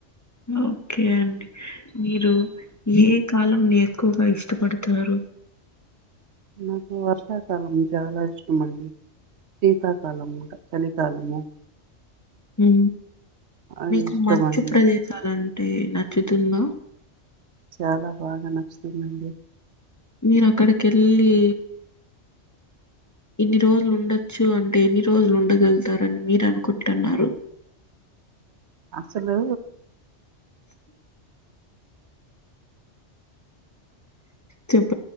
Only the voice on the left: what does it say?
ఓకే అండి మీరు ఏ కాలంని ఎక్కువగా ఇష్టపడతారు
ఉ
మీకు
మంచు
ప్రదేశాలంటే నచ్చుతుందా
మీరక్కడకెళ్ళీ ఇన్ని రోజులు ఉండొచ్చు అంటే ఎన్ని రోజులు ఉండగల్తారని మీరు అనుకుంటన్నారు
చొప్